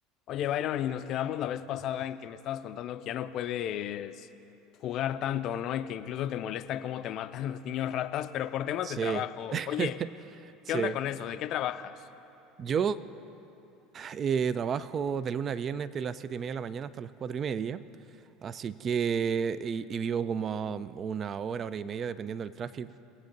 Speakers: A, on the left; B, on the right.
A: Oye, Byron, y nos quedamos la vez pasada en que me estabas contando que ya no puedes jugar tanto, ¿no? Y que incluso te molesta cómo te matan <laughs> los niños ratas, pero por temas
B: Sí,
A: de trabajo.
B: <laughs>
A: Oye, ¿qué onda con
B: sí.
A: eso? ¿De qué trabajas?
B: Yo eh, trabajo de lunes a viernes de las 7 y media de la mañana hasta las 4 y media, así que, y, y vivo como a una hora, hora y media, dependiendo del tráfico